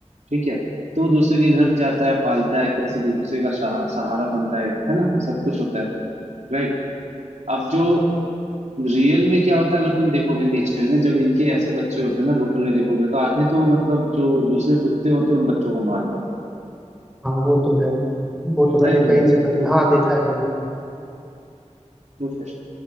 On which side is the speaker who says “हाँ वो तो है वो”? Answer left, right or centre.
Centre